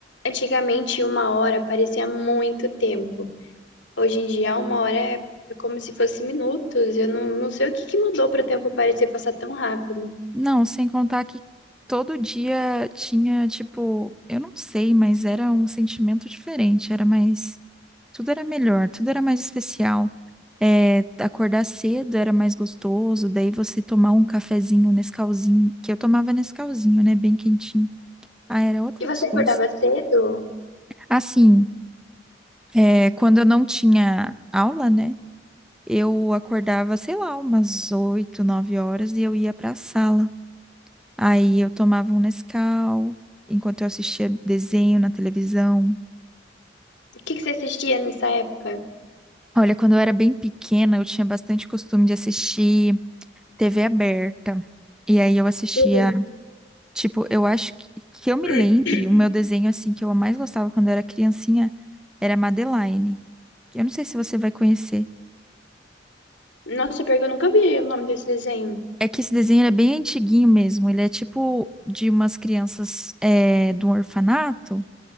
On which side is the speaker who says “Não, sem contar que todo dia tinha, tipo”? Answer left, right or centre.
Centre